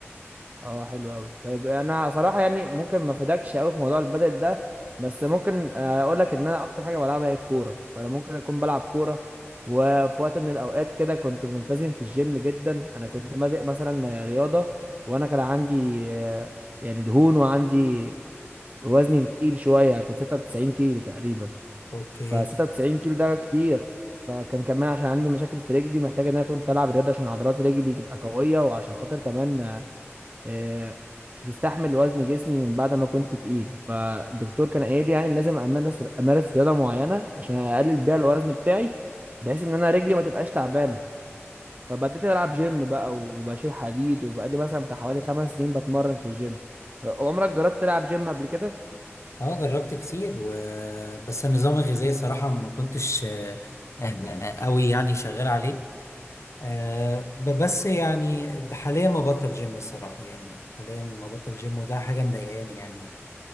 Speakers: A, on the right; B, on the left.
A: اه حلو قوي طيب انا صراحه يعني ممكن ما افيدكش قوي في موضوع البدل ده بس ممكن آه، اقول لك ان انا اكتر حاجه بلعبها هي الكوره فانا ممكن اكون بلعب كوره وفي وقت من الاوقات كده كنت ملتزم في الجيم جدا انا كنت بادئ مثلا رياضه وانا كان عندي آه، يعني دهون وعندي وزني تقيل شويه يعني كنت 96 كيلو تقريبا
B: اوكي
A: ف 96 كيلو ده كتير فكان كمان عشان عندي مشاكل في رجلي محتاج ان انا كنت العب رياضه عشان عضلات رجلي تبقى قويه وعشان خاطر كمان آه، تستحمل وزن جسمي من بعد ما كنت تقيل فالدكتور كان قايل لي يعني إن لازم امارس امارس رياضه معينه عشان اقلل بيها الوزن بتاعي بحيث ان انا رجلي ما تبقاش تعبانه فبدأت العب جيم بقى وبشيل حديد وبقالي مثلا بتاع حوالي خمس سنين بتمرن في الجيم آه، عمرك جربت تلعب جيم قبل كده
B: اه جربت كتير و... بس النظام الغذائي صراحة ما كنتش آه، آه، قوي يعني شغال عليه آه، ب- بس يعني ده حاليا ما بطل جيم الصراحة يعني حاليا ما بطل جيم وده حاجة مضايقاني يعني